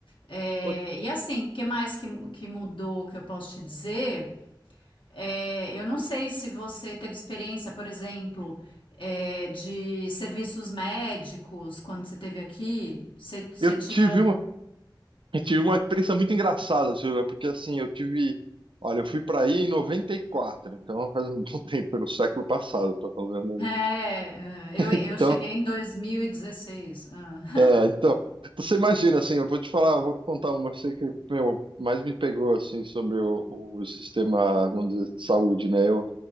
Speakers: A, on the left (about 85°); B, on the right (about 85°).
A: Eh,
B: Putz,
A: e assim, o que mais que, que mudou que eu posso te dizer? É, eu não sei se você teve experiência, por exemplo, é, de serviços médicos quando você esteve aqui. Você, você
B: Eu
A: tinha
B: tive
A: um.
B: uma, eu tive uma experiência muito engraçada, Silvia, porque assim, eu tive. Olha, eu fui para aí em 94, então faz um bom <laughs> tempo, no século passado, tá falando aí.
A: É, é, eu, eu
B: Então,
A: cheguei em 2016. Ah, <laughs>
B: é, então, você imagina, assim, eu vou te falar, eu vou contar uma, eu sei que, meu, mais me pegou, assim, sobre o, o sistema, vamos dizer, de saúde, né? Eu